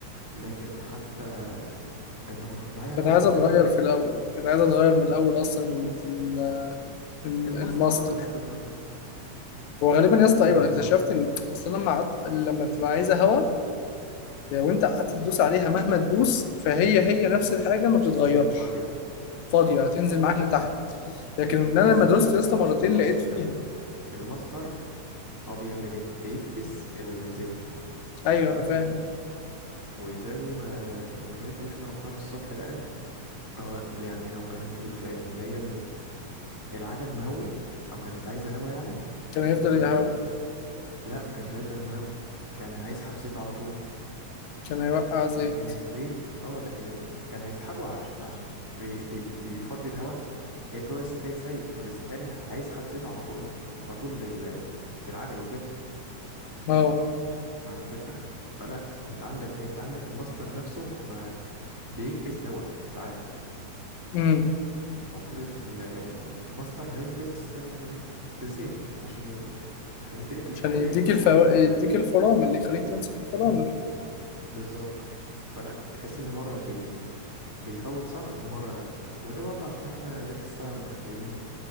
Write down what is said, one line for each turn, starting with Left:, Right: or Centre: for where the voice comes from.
Right: لكن حتى انت كنت معايا
Left: كانت
Right: أول
Left: عايزه
Right: امبارح
Left: اتغير في الاول كانت عايزه اتغير من الاول اصلا ال- ال-
Right: الماستر
Left: الماستر
Right: اه كان عايز يتغير
Left: هو غالبا يا اسطى
Right: بالظبط
Left: ايوه انا اكتشفت ان اصلا لما قعدت لما بتبقى عايزه هوا وانت قعدت تدوس عليها مهما تدوس فهي هي نفس الحاجه ما بتتغيرش
Right: هي فاضية
Left: فاضيه
Right: اه
Left: هتنزل
Right: فاضية
Left: معاك لتحت لكن ان انا
Right: يا اسطى
Left: لما دوست
Right: بص
Left: يا اسطى
Right: بص
Left: مرتين
Right: بص
Left: لقيت فيها
Right: الم- الماستر هو بيعمل ايه بيكبس الزيت
Left: ايوه
Right: تمام
Left: انا فاهم
Right: وزي ما الميكانيك اللي احنا رحنا له الصبح ده قال طب يعني لو كانت الف... اللي هي العجل مهوي او كانت عايزه هوا يعني
Left: كان
Right: تظبط
Left: هيفضل
Right: الهوا
Left: يهوي
Right: لا ما كانش هيفضل مهوي كان هيسحب زيت على طول
Left: كان هيوقع زيت
Right: لكن الزيت اه لكن ال- كان هيسحبه عشان عشان بي بي بيفضي الهوا هي فهو س- فهي سايب فبالتالي هيسحب زيت على طول على طول لل- للعجل وكده
Left: اه
Right: فاهم الفكره فلا انت عندك إيه؟ انت عندك الماستر نفسه ما بيكبس هوا ساعات
Left: امم
Right: المفروض ال- الماستر هيكبس آه، الزيت عشان ي- هيمديلك الاحتكاك
Left: عشان يديك الفو...
Right: والعربية
Left: يديك الفرامل اللي يخليك تمسك الفرامل
Right: مم. بالظبط فلا تحس ان مره بي... بيفوت صح ومره لا وده برضه عشان احنا لسه مركبين